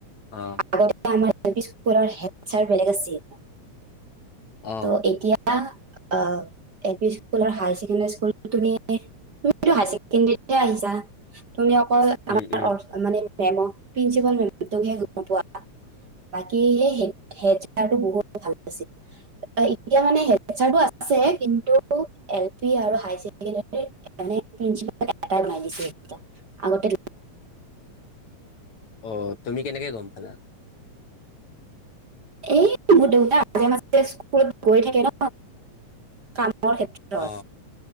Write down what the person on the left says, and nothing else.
অ
অ
উম উম
অ তুমি কেনেকে গ'ম পালা।
অ